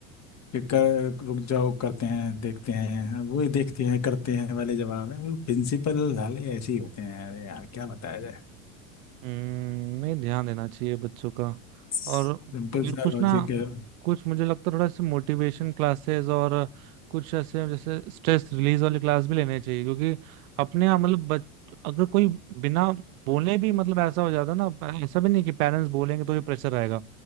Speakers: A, on the left (about 40°); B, on the right (about 75°).
A: कि कर, रुक जाओ करते हैं देखते हैं अब वही देखते हैं करते हैं वाले जवाब है वो प्रिंसिपल साले ऐसे ही होते हैं अरे यार क्या बताया जाए
B: हम्म, नहीं ध्यान देना चाहिए बच्चों का
A: सिंपल
B: और और
A: सा
B: कुछ
A: लॉजिक
B: ना
A: है
B: कुछ मुझे लगता है थोड़ा ऐसे मोटिवेशन क्लासेस और कुछ ऐसे जैसे स्ट्रेस रिलीज वाली क्लास भी लेने चाहिए क्योंकि अपने आप मतलब बच अगर कोई बिना बोले भी मतलब ऐसा हो जाता है ना ऐसा भी नहीं कि पेरेंट्स बोलेंगे तो ये प्रेशर आएगा